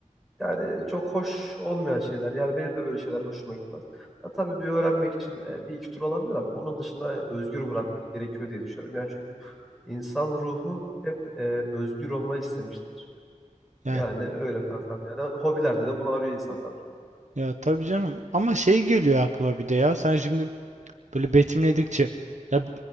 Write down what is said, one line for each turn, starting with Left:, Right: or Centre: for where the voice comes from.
Centre: Yani çok hoş olmayan şeyler. Yani benim de böyle şeyler hoşuma gitmez. Ya tabii bir öğrenmek için e, bir iki tur olabilir ama onun dışında özgür bırakmak gerekiyor diye düşünüyorum. Yani çünkü insan ruhu hep e, özgür olmayı istemiştir.
Right: yani
Centre: Yani öyle kankam. Yani hobilerde de bunu arıyor insan tabii ki.
Right: Ya tabii canım. Ama şey geliyor aklıma bir de ya. Sen şimdi böyle betimledikçe ya